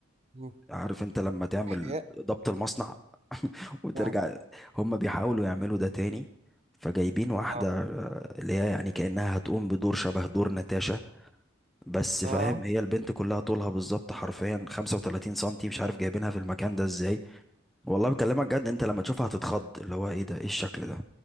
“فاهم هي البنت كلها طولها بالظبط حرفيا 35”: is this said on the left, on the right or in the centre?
Centre